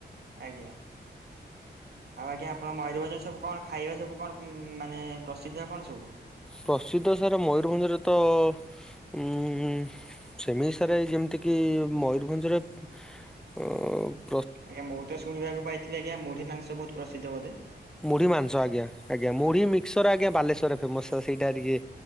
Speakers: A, on the right; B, in the centre.
A: ଆଜ୍ଞା ଆଉ ଆଜ୍ଞା ଆପଣଙ୍କ ମୟୂରଭଞ୍ଜ ସବୁ କଣ ଖାଇବା ସବୁ କଣ ମାନେ ପ୍ରସିଦ୍ଧ କଣ ସବୁ?
B: ପ୍ରସିଦ୍ଧ ସାର ମୟୂରଭଞ୍ଜରେ ତ ଉଁ ସେମି ସାରେ ଯେମିତି କିି ମୟୂରଭଞ୍ଜରେ ଅ ଅ
A: ଆଜ୍ଞା ମୁଁ ତ ଶୁଣିବାକୁ ପାଇଥିଲି ଆଜ୍ଞା ମୁଢୀ ମାଂସ ବହୁତ ପ୍ରସିଦ୍ଧ ବୋଧେ?
B: ମୁଢ଼ି ମାଂସ ଆଜ୍ଞା ଆଜ୍ଞା। ମୁଢ଼ି ମିକ୍ସର ଆଜ୍ଞା ବାଲେଶ୍ଵରରେ ଫେମସ ସେଇଟା ଟିକେ